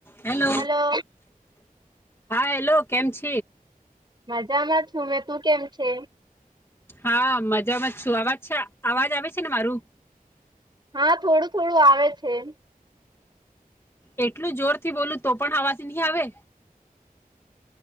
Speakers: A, on the left (about 15°); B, on the right (about 30°).
A: Hello
B: hello
A: હા hello કેમ છ
B: મજ ા માં છું મેં તું કેમ છે
A: હા મજામાં જ છું અવાજ છે અવાજ આવે છે ને મારું
B: હા થોડું થોડું આવે છે એમ
A: એટલું જોર થી બોલું તો પણ અવાજ ની આવે.